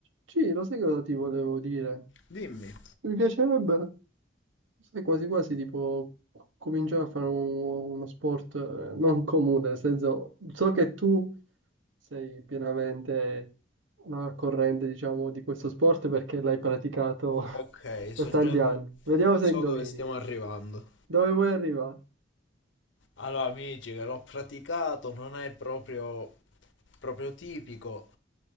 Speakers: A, on the right; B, on the left.
A: Sì, lo sai cosa ti volevo dire?
B: Dimmi.
A: Mi piacerebbe, sai, quasi quasi tipo cominciare a fare un- uno sport eh, non comune, nel senso, so che tu sei pienamente no, al corrente, diciamo, di questo sport perché l'hai praticato
B: Ok,
A: <laughs> per
B: so
A: tanti
B: già dove,
A: anni. Vediamo
B: so
A: se indovini.
B: dove stiamo arrivando.
A: Dove vuoi arrivare?
B: Allora, amici, che l'ho praticato, non è proprio, proprio tipico.